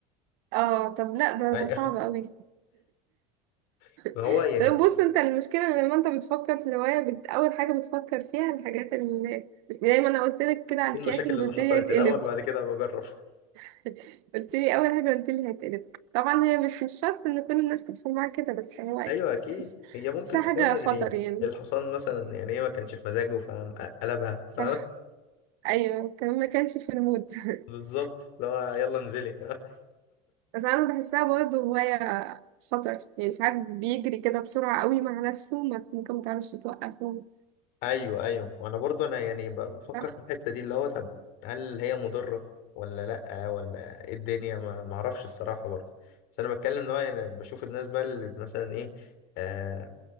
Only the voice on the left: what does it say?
ايوه
<laughs> ما
هو يعني
ايه
المشاكل اللي
حصلت
الاول بعد كده بجرب
<laughs>
ايوه اكيد
هي ممكن
تكون
يعني
الحصان مثلا يعني ايه ما كانش في مزاجه فقلبها
فاهم
<laughs>
بالظبط اللي هو يلا انزلي <laughs>
ايوه ايوه وانا برضو انا يعني ب- بفكر
في الحته دي اللي هو طب هل هي مضره ولا لا ولا ايه الدنيا ما ما اعرفش الصراحه برضو بس انا بتكلم ان هو يعني بشوف الناس بقى اللي مثلا ايه آه